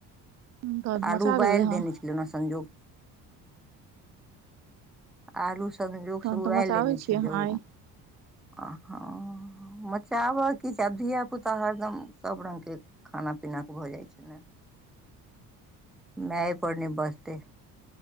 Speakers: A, on the right; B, in the centre.
A: तहन
B: तऽ आलू
A: मचा
B: उबाएल
A: देबै अहाँ
B: देने छैलौ ओना संजोग आलू संजोग
A: तहन
B: सँ उबाएल
A: तऽ मचाबै
B: लेने
A: छी
B: छलौ।
A: अहाँ आइ
B: आ हां मचाबा की छै आब धिया पुता हरदम सब रंग के खाना पी ना के भऽ जाय छै नै।
A: <inaudible>
B: माय पर नै बजते